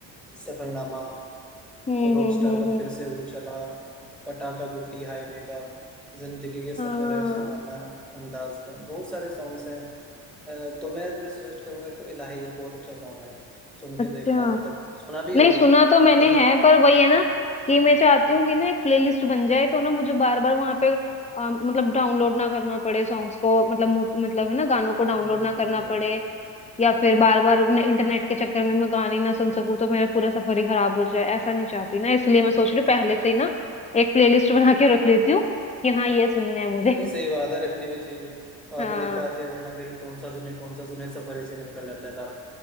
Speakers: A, in the centre; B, on the left.
A: सफरनामा
B: हम्म
A: रॉकस्टार
B: हम्म हम्म
A: का
B: हम्म
A: फिर से उड़ चला पटाखा गुड्डी हाईवे का जिंदगी के सफर
B: हाँ
A: है सुहाना अंदाज का बहुत सारे सॉन्ग्स हैं अ, तो मैं तुम्हें सजेस्ट करूंगा एक तो इलाही है बहुत अच्छा सॉन्ग है सुन के
B: अच्छा
A: देखना मतलब सुना भी
B: नहीं
A: होगा
B: सुना तो मैंने
A: सफर
B: है
A: में
B: पर
A: लेकिन
B: वही
A: रखा
B: है ना
A: जाता है
B: कि मैं चाहती हूँ कि ना एक प्लेलिस्ट बन जाए तो ना मुझे बार बार वहां पे अ, मतलब डाउनलोड ना करना पड़े सॉन्ग्स को मतलब मु- मतलब है ना गानों को डाउनलोड
A: यानी कोई दिक्कत
B: ना करना
A: नहीं होगी
B: पड़े या फिर बार बार इंटरनेट के चक्कर में मैं गाने ना सुन सकूँ तो मेरा पूरा सफर ही खराब हो जाए ऐसा नहीं चाहती ना इसलिए मैं सोच रही हूँ पहले से ही ना एक प्लेलिस्ट <laughs> बना के रख लेती हूँ कि हाँ ये सुनने हैं मुझे
A: नहीं सही बात है रखने भी चाहिए बाद
B: हाँ
A: में दिक्कत आती है वरना फिर कौन सा सुने कौन सा सुने सफर इसी में निकल जाता है सारा